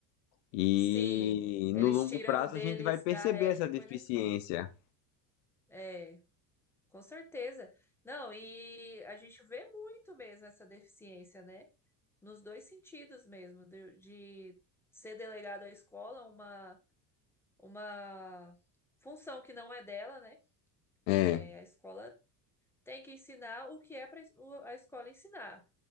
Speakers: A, on the left; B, in the centre.
A: E
B: Sim, eles
A: no longo
B: tiram
A: prazo
B: o deles
A: a gente vai perceber
B: da reta
A: essa
B: e
A: deficiência.
B: põe na escola. É, com certeza. Não, e a gente vê muito mesmo essa deficiência, né? Nos dois sentidos mesmo, de, de ser delegado à escola uma, uma função que não é dela, né?
A: É,
B: É, a escola tem que ensinar o que é para a escola ensinar.